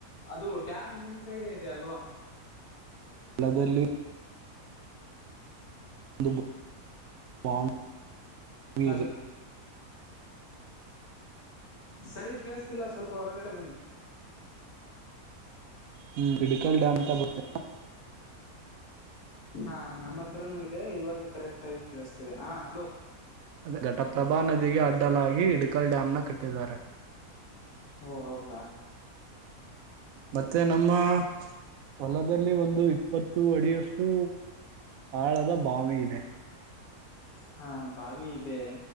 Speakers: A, on the left; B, on the right.
A: ಅದು ಡ್ಯಾಮ್ ನಿಮ್ ಸೈಡ್ ಇದೆ ಅಲ್ವಾ
B: <inaudible> ದಲ್ಲಿ ಒಂದು ಬಾವಿ
A: ಹಲೋ
B: ಇದೆ
A: ಸರಿ ಕೇಳಸ್ತಿಲ್ಲ ಸ್ವಲ್ಪ ಹೊರಗಡೆ ಬನ್ನಿ.
B: ಹ್ಮ್ ಇಡಿಕಾಲ್ ಡಾಮ್ ಅಂತ.
A: ಹಾ ನಮ್ಮ ಹತ್ರನೂ ಇದೆ ಇವಾಗ ಕರೆಕ್ಟ್ ಆಗಿ ಕೇಳಿಸ್ತಿದೆ ಹಾ ಅಲೋ.
B: ಅದೆ ಘಟಪ್ರಭಾ ನದಿಗೆ ಅಡ್ಡಲಾಗಿ. ಲ್ ಡ್ಯಾಮ್ನ ಕಟ್ಟಿದ್ದಾರೆ
A: ಓ ಹೌದಾ
B: ಮತ್ತ ನಮ್ಮ. ಹೊಲದಲ್ಲಿ ಒಂದು ಇಪ್ಪತ್ತು ಅಡಿಯಷ್ಟು ಆಳದ ಬಾವಿ ಇದೆ.
A: ಹಾ ಬಾವಿ ಇದೆ.